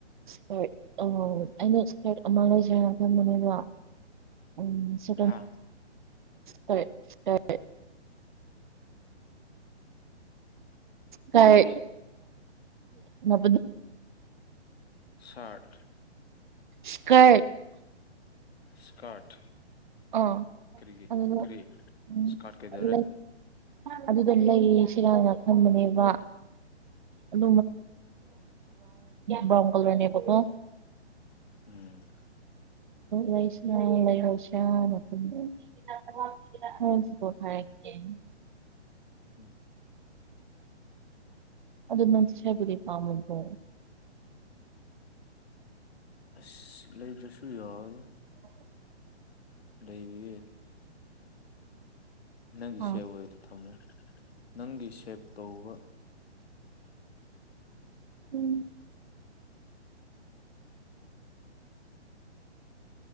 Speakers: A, on the right; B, on the left.
A: ꯏꯁꯀꯔꯠ ꯑ ꯑꯩꯅ ꯏꯁꯀꯔꯠ ꯑꯃ ꯂꯩꯖꯔꯅ ꯈꯟꯕꯅꯦꯕ ꯎꯝ ꯁ
B: ꯍꯥ
A: ꯇꯔꯦ ꯇꯔꯦ ꯀꯥꯏ ꯅ
B: ꯁꯠ
A: ꯁ꯭ꯀꯔ
B: ꯁꯀꯔꯠ
A: ꯑꯣ
B: ꯀꯔꯤꯒꯤ
A: ꯑꯗꯨꯗ
B: ꯀꯔꯤ
A: ꯎꯝ
B: ꯁꯀꯥꯠ ꯀꯗꯔꯦ
A: ꯂꯩ ꯑꯗꯨꯗ ꯂꯩꯌꯦ ꯁꯤꯔꯥꯅ ꯈꯝꯕꯅꯦꯕ ꯑꯗꯨꯝ꯭ꯔꯟ ꯕ꯭ꯔꯥꯎꯟ ꯀꯂꯔꯅꯦꯕꯀꯣ
B: ꯎꯝ
A: ꯂꯩꯁ ꯂꯩꯁ ꯆ ꯄ ꯈꯔ
B: ꯎꯝ
A: ꯑꯗꯨꯗ ꯅ ꯆꯆꯦꯕꯨꯗꯤ ꯄꯥꯃ ꯄꯣ
B: ꯑꯁ ꯂꯩꯕ꯭ꯔꯁꯨ ꯌꯥꯎꯤ
A: <unintelligible>
B: ꯂꯩꯔꯤꯦ ꯅꯪꯒꯤ
A: ꯍꯥ
B: ꯁꯦꯞ ꯑꯣꯏꯔ ꯊꯝꯃꯨ ꯅꯪꯒꯤ ꯁꯦꯞ ꯇꯧꯕ
A: ꯎꯝ